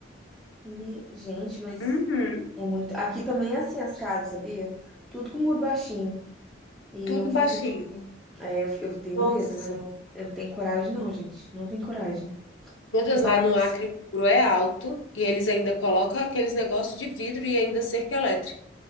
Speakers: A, in the centre; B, on the left.
A: Me- Gente, mas
B: Uhum.
A: é muito. Aqui também é assim as casas, sabia? Tudo com muro baixinho. E
B: Tudo
A: eu fico
B: baixinho.
A: tipo. É, eu, eu tenho
B: Nossa.
A: medo, eu não, eu não tenho coragem, não, gente. Não tenho coragem.
B: Meu Deus,
A: Mas
B: lá no Acre o muro é alto e eles ainda colocam aqueles negócios de vidro e ainda cerca elétrica.